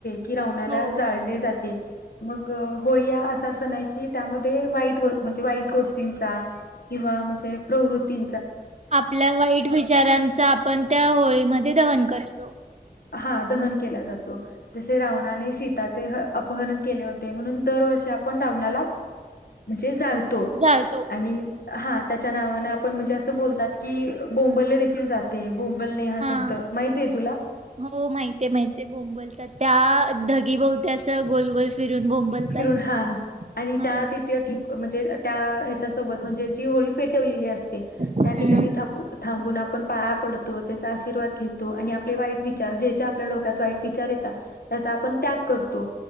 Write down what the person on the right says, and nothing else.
हो
आपल्या वाईट विचारांचा आपण त्या होळीमध्ये दहन करतो.
जाळतो.
हा. हो माहिती आहे माहित आहे बोंबलतात, त्या. हा धागि बहुती अस गोल गोल फिरून बोंबलतात.
हा.
हम्म.